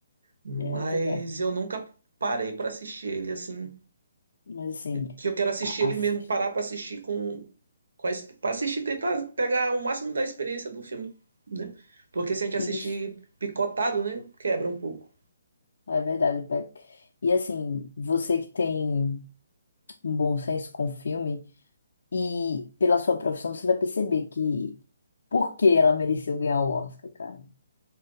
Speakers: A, on the right; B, on the left.
A: Mas
B: É verdade.
A: eu nunca parei pra assistir ele assim
B: Mas assim,
A: que eu quero assistir
B: a-
A: ele
B: assiste.
A: mesmo, parar pra assistir com, com a, ex- pra assistir, tentar pegar o máximo da experiência do filme, né? Porque se a gente assistir
B: Isso.
A: picotado, né, quebra um pouco.
B: É verdade, Peck. E assim, você que tem. um bom senso com o filme e pela sua profissão você vai perceber que por que ela mereceu ganhar o Oscar, cara.